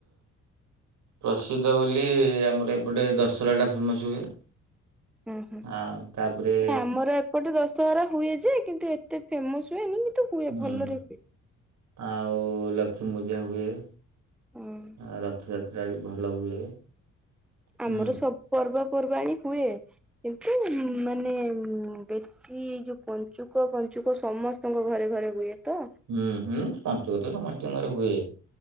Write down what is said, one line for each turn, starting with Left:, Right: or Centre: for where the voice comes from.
Right: ପ୍ରସିଦ୍ଧ ବୋଲି ଆମର ଏପଟେ ଦଶହରା ଟା ଫେମସ ହୁଏ।
Centre: ହଁ ହଁ
Right: ଆଉ ତାପରେ।
Centre: ଆମର ଏପଟେ ଦଶହରା ହୁଏ ଯେ କିନ୍ତୁ ଏତେ ଫେମସ୍ ହୁଏନି କିନ୍ତୁ। ହୁଏ
Right: ହୁଁ
Centre: ଭଲରେ ହୁଏ।
Right: ଆଉ ଲକ୍ଷ୍ମୀ ପୂଜା ହୁଏ।
Centre: ହଁ।
Right: ଆ ରଥଯାତ୍ରା ବି ଭଲ ହୁଏ।
Centre: ଆମର
Right: ହୁଁ।
Centre: ସବୁ ପର୍ବ ପର୍ବାଣୀ ହୁଏ କିନ୍ତୁ ଉଁ ମାନେ। ବେଶୀ ଏଇ ଯୋଉ ପଞ୍ଚୁକ ପଞ୍ଚୁକ ସମସ୍ତଙ୍କ ଘରେ ଘରେ ହୁଏ ତ।
Right: ହୁଁ ହୁଁ ପଞ୍ଚୁକତ ସମସ୍ତିଙ୍କ ଘରେ ହୁଏ।